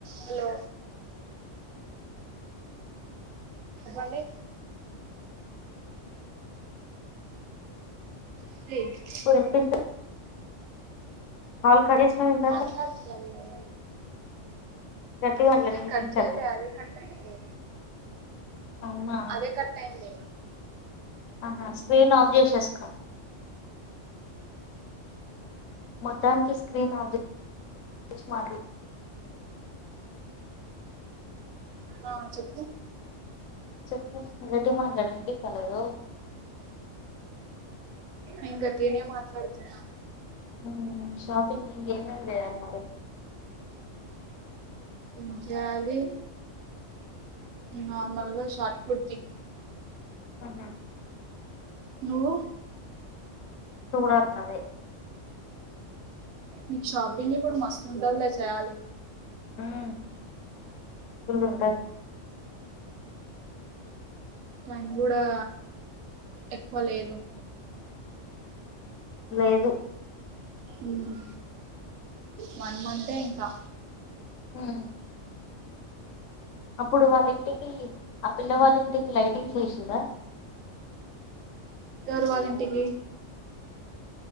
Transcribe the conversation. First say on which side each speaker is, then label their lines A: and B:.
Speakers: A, on the right (about 90°); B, on the left (about 80°).
A: Hello Bunny <unintelligible>
B: వినిపించ call cut చేసినావ్ ఇందాక
A: మాట్లాడుతున్నా నేను
B: గట్టిగా మాట్లాడు
A: నేన్
B: వినిపించట్లే
A: కట్ జైలే అదే కట్ అయింది
B: అవునా
A: అదే కట్టయింది
B: ఆహా స్క్రీన్ ఆఫ్ జేసెస్కో మొత్తానికి స్క్రీన్ ఆఫ్ జే ష్ మాట్లా
A: ఆ చెప్పు
B: చెప్పు గట్టిగ మాట్లాడే ఇన్పిస్తలేదు.
A: ఇంగ తినే మాట్లాడుతున్నా
B: మ్ షాపింగ్ ఇంగెమేం జేయాలి మరి
A: ఎం జేయాలి నార్మల్గా షార్ట్ కుర్తి
B: అహా
A: నువ్వు
B: నెను గుడా అట్లనే
A: నీకు షాపింగ్ ఇప్పుడు మస్తుంటదిలే చేయ్యాలి
B: మ్మ్ ఇల్లు ఉంటది
A: టైం గూడా ఎక్కువ లేదు.
B: లేదు
A: ఉమ్మ్ వన్ మంతే ఇంకా
B: మ్మ్ అప్పుడు వాళ్ళింటికి ఆ పిల్లవాళ్ళింటికి లైటింగ్స్ యేశిర్రా
A: తరూ వాళ్ళింటికి